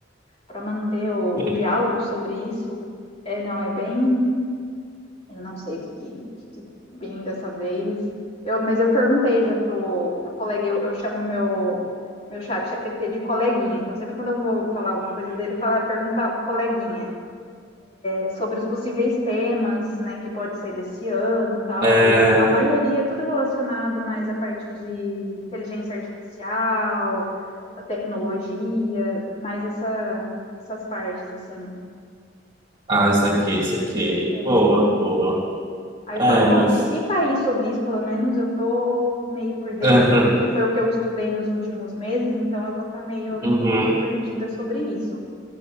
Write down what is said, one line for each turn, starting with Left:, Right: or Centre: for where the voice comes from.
Left: para manter o,
Right: <laughs>
Left: o diálogo sobre isso. É, não, é bem, eu não sei o que, que, que, bem dessa vez. Eu, mas eu perguntei já pro, pro colega, eu, eu chamo meu meu chat GPT de coleguinha. Então sempre quando eu vou falar alguma coisa dele, falar perguntar pro coleguinha. é, sobre os possíveis temas, né, que pode ser desse ano, e tal.
Right: É...
Left: Aí é, a maioria é tudo relacionado mais à parte de inteligência artificial, a tecnologia, mais essa, essas partes assim.
Right: Ah, isso aqui, isso aqui.
Left: É.
Right: Boa, boa.
Left: Aí
Right: É,
Left: eu falo, bom,
Right: mas.
Left: se cair sobre isso, pelo menos eu tô meio por dentro,
Right: <laughs>
Left: porque foi o que eu estudei nos últimos meses, então eu vou estar tá meio, não
Right: Uhum.
Left: vou estar tá tão perdida sobre isso.